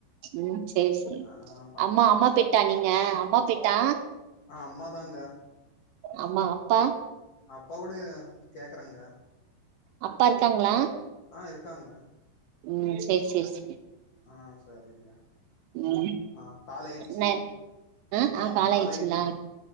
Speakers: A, on the right; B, on the left.
A: உம் செரி செரி
B: ஆ ஆ பண்றேங்க
A: அம்மா அம்மா பெட்டா நீங் ஹ அம்மா பெட்டா
B: ஆ அம்மாதாங்க
A: அம்மா அப்பா
B: அப்பாவுடைய கேக்குறேங்க
A: அப்பா இருக்காங்களா
B: ஆ இருக்காங்க
A: உம் சேரி சேரி சேரி
B: ஆ சரிங்க
A: உம்
B: ஆ கால் ஆயிடுச்சு
A: ந ஆ
B: எனக்கு
A: ஆ
B: தெரிஞ்சு
A: காலாயிச்சுங்ளா
B: கால் ஆயிடுச்சு எனக்கு